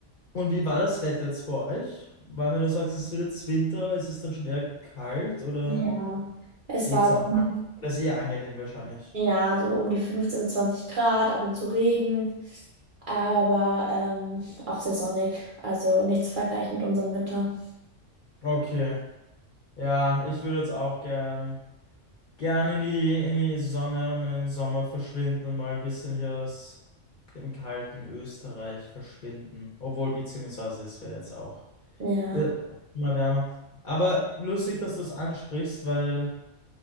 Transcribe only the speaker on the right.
Ja, es
war
so,
um-
ja, so um die 15 bis 20 Grad, ab und zu Regen, aber ähm, auch sehr sonnig. Also nicht zu vergleichen mit unserem Winter.
Ja.